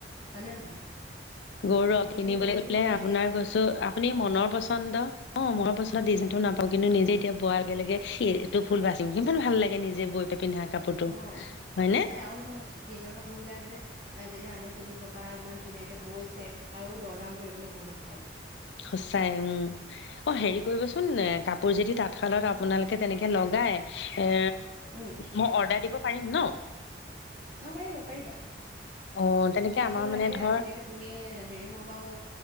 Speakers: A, on the right; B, on the left.
A: হয়নে নহয়?
B: গৌৰৱ,
A: নিজে
B: কিনিবলৈ
A: বৈছো
B: গ'লে
A: নিজে
B: আপোনাৰ
A: পিন্ধিছো
B: কৈছোঁ, আপুনি মনৰ পচন্দ অহ, মন পচন্দ দিজাইনটো নাপওঁ,
A: উম
B: কিন্তু নিজে এতিয়া বোৱাত কি লাগে সেইটো ফুল বাচিম। কিমান ভাল লাগে নিজেই বৈ পেলাই পিন্ধা। কাপোৰটো
A: অহ,
B: হয়নে?
A: সঁচাই আৰু নহয়-নহয় নিজৰ কাপোৰবিলাক যে যেতিয়া আনে পিন্ধিব বা ইমান ধুনীয়াঁকে বৈছে আৰু দৰদাম কৰিবলৈও বহুত ভাল।
B: সচাই উম, অহ হেৰি কৰিবচোন এ কাপোৰ যেদি তাঁত শালত আপোনালোকে
A: উম
B: তেনেকে লগাই, এ
A: উম
B: ম' অৰ্ডাৰ দিব পাৰিম ন?
A: অহ, পাৰিবা-পাৰিবা,
B: অ তেনেকে
A: কেইযোৰ
B: আমাৰ মানে
A: লাগে
B: ধৰ
A: আগতীয়াকে তুমি হেৰি, মই বাৰু